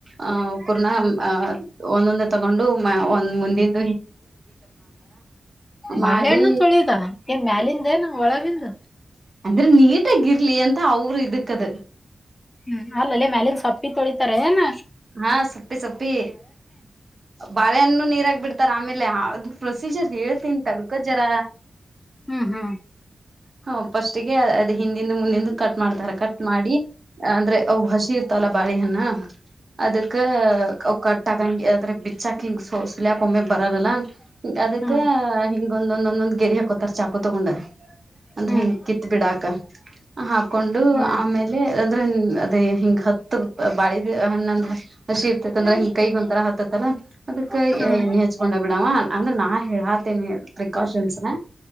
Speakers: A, on the right (about 40°); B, on the left (about 20°).
A: ಆ <unintelligible> ಒಂದೊಂದ ತಗೊಂಡು ಮ್ಯ ಒಂದ್ ಮುಂದಿನ್
B: ಬಾಳೆಹಣ್ಣು
A: ಮಾಡಿ
B: ತೊಳಿದ ಏನ್ ಮ್ಯಾಲಿಂದ ಏನ ಒಳಗಿಂದ.
A: ಅಂದ್ರೆ ನೀಟಾಗಿ ಇರ್ಲಿ ಅಂತ ಅವರು ಇದಕ್ಕದ.
B: ಹ್ಮ್ ಅಲ್ಲಲ್ಲೆ ಮ್ಯಾಲೀನ್ ಸೊಪ್ಪಿ ತೊಳಿತಾರೆಏನ್.
A: ಹಾ ಸೊಪ್ಪಿ ಸೊಪ್ಪಿ ಬಾಳೆಹಣ್ಣು ನೀರ್ಗ್ಬಿಡ್ತ <unintelligible> ಆಮೇಲೆ ಅ ಪ್ರೊಸೀಜರ್ ಹೇಳ್ತೀನಿ ತಡ್ಕೋ ಜರ.
B: ಹ್ಮ್ ಹಾ
A: ಹ ಪಸ್ಟಿಗೆ ಅದ್ ಹಿಂದಿಂದು ಮುಂದಂದು ಕಟ್ ಮಾಡ್ತಾರೆ ಕಟ್ ಮಾಡಿ ಅಂದ್ರೆ ಅವು ಹಸಿ ಇರ್ತವಲ್ಲ ಬಾಳೆಹಣ್ಣ ಅದಕ್ಕ ಅವು ಕಟ್ಟಗಂಗಿ ಅದ್ರೆ ಬಿಚ್ಚಕ್ ಹಿಂಗ್ ಸೊಸಲಯಕ ಒಮ್ಮೆ ಬರದಲ್ಲ ಅದಕ್ಕ
B: ಹ್ಮ್
A: ಹಿಂಗೊಂದೊಂದ ಒಂದೊಂದ್ ಗೆರಿ ಹಾಕೋತಾರ ಚಾಕು ತಗೊಂಡಾ ಅಂದ್ರೆ
B: ಹ್ಮ್
A: ಹಿಂಗ ಕಿತ್ ಬಿಡಾಕ ಹಾಕೊಂಡು
B: ಹ್ಮ್
A: ಆಮೇಲೆ ಹೇ ಅಂದ್ರೆ ಅದೇ ಹಿಂಗ ಹತ್ತು ಬಾಳ ಹಣ್ಣಂದ ಹಸಿ ಇರ್ತೇತ್ ಅಂದ್ರೆ ಹಿಂಗ ಕೈಗ್ ಒಂತರ ಹಾತ್ತತ್ತಲ್ಲಾ ಅದಕ್ಕ
B: ಹ್ಮ್ ಹ್ಮ್
A: ಎಣ್ಣೆ ಹಚ್ಕೊಂಡ ಬಿಡವ ಅಂದ್ರೆ ನಾ ಹೇಳಾತೇನಿ ಪ್ರಿಕಾಷನ್ಸ್ನ.